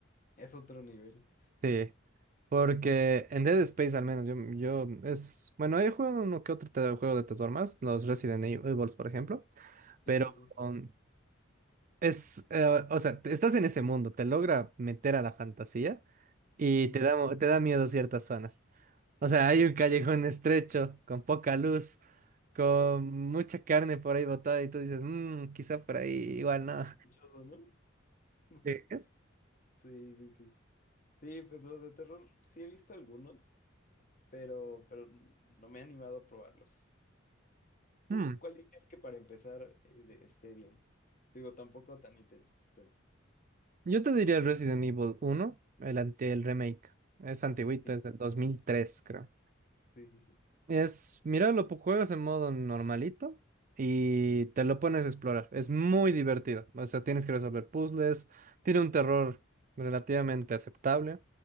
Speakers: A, on the left; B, on the right.
A: Es otro nivel.
B: Sí. Porque en Dead Space al menos yo, yo es... Bueno, he jugado uno que otro te- juego de terror más, los Resident Evil, por ejemplo.
A: Sí,
B: Pero
A: sí, sí.
B: um, es, eh, o sea, te- estás en ese mundo, te logra meter a la fantasía y
A: Ujú.
B: te da, mo- te da miedo ciertas zonas. O sea, hay un callejón estrecho, con poca luz, con mucha carne por ahí botada y tú dices, mmm, quizá por ahí igual no.
A: Sospechoso, ¿no? <laughs>
B: Sí.
A: Sí, sí, sí. Sí, pues los de terror sí he visto algunos, pero, pero no me he animado a probarlos. ¿Tú
B: Mm,
A: cu- cuál dirías que para empezar eh, de- esté bien? Digo, tampoco tan intensos, pero
B: Yo te diría el Resident Evil uno el, ante- el remake. Es antiguito,
A: sí,
B: es del 2003 creo.
A: sí, sí. sí.
B: Es, mira, lo pu- juegas en modo normalito y te lo pones a explorar. Es muy divertido. O sea, tienes que resolver puzzles. Tiene un terror relativamente aceptable.